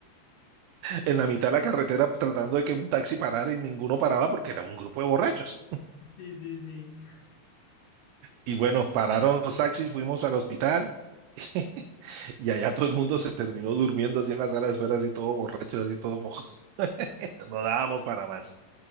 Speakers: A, on the right (about 85°); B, on the left (about 65°).
A: en la mitad de la carretera tratando de que un taxi parara y ninguno paraba porque era un grupo de borrachos.
B: sí, sí, sí. sí.
A: Y bueno, pararon los taxis, fuimos al hospital <laughs> Y allá todo el mundo se terminó durmiendo así en la sala de espera, así todo borracho, así todo como <laughs> no dábamos para más.